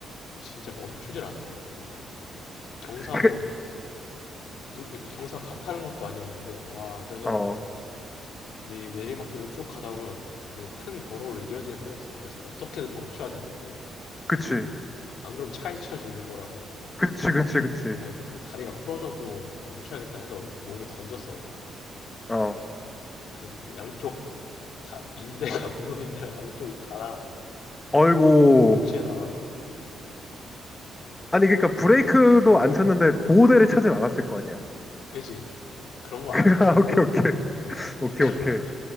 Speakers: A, on the left; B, on the left.
A: 진짜 멈추질 않더라고, 그게. 경사도,
B: 그-
A: 노- 이렇게 경사가 가파른 것도 아니었는데, 와, 그래서
B: 어,
A: 내 내리막길로 쭉 가다 보면 그 큰 도로로 이어지는 데였어. 그래서 어떻게든 멈춰야 됐는데,
B: 그치.
A: 안 그럼 차에 치여 죽는 거라서,
B: 그치, 그치, 그치.
A: 아, 이거 뭐 다리가 부러져도 멈춰야겠다 해서 몸을 던졌어, 그냥.
B: 어.
A: 그래서 양쪽 다, 인대가 <laughs> 무릎인데 양쪽이 다 나가서,
B: 어이고
A: 동시에 나가서,
B: 아니, 그러니까 브레이크도 안 찾는데 보호대를 찾진 않았을 거 아니야.
A: 그지? 그런 거
B: <laughs>
A: 안 찾지?
B: 오케이,
A: 어.
B: 오케이. 오케이,
A: <laughs>
B: 오케이.